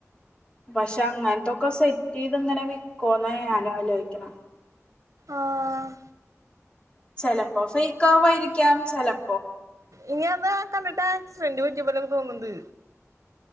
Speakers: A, on the left; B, on the right.
A: പക്ഷെ അങ്ങന്‌ത്തൊക്കെ സെറ്റ് യ്ത് ഇങ്ങനെ വിക്കോന്ന ഞാനാലോയ്ക്ക്ണ്
B: ആഹ്
A: ചെലപ്പോ ഫൈക്കാ വേയ്രിക്കും ക്യാംചലം
B: ഇനിയമ്പാ കണ്ടിട്ടാക്സ്ഡന്റ് പറ്റിയെപ്പോലെ തോന്ന്ണ്ട്